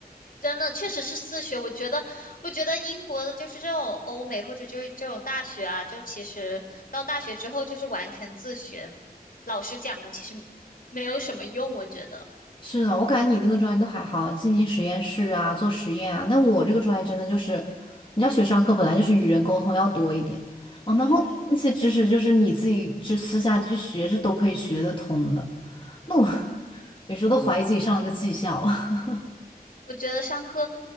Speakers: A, on the left; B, on the left.
A: 真的确实是自学，我觉得，我觉得英国的就是这种欧美或者就是这种大学啊，就其实到大学之后就是完全自学，老师讲的其实没有什么用，我觉得。
B: <laughs> 是的，我感觉你那个专业都还好，进行实验室啊，做实验啊。但我这个专业真的就是，你要学商科，本来就是与人沟通要多一点哦，然后那些知识就是你自己去私下去学，
A: 嗯
B: 是都可以学得通的。那我
A: 嗯，
B: <laughs> 有时候都怀疑自己上了一个技校。<laughs>
A: 我觉得上课，